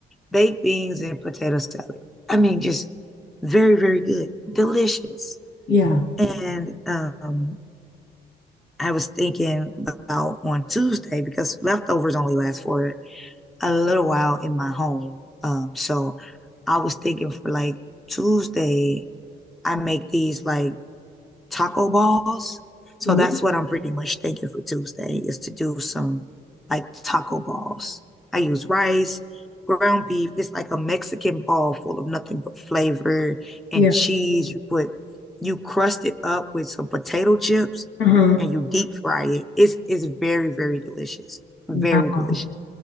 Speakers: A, in the centre; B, on the left (about 80°).
A: baked beans and potato salad. I mean, just very, very good, delicious.
B: Yeah.
A: And um, I was thinking about on Tuesday because leftovers only last for a little while in my home. Um, so I was thinking for like Tuesday, I make these like taco balls. So
B: Ooh.
A: that's what I'm pretty much thinking for Tuesday is to do some like taco balls. I use rice, ground beef. It's like a Mexican ball full of nothing but flavor and
B: Yeah.
A: cheese. You put you crust it up with some potato chips
B: Uh-huh.
A: and you deep fry it. It's it's very, very delicious. Very
B: Wow.
A: delicious.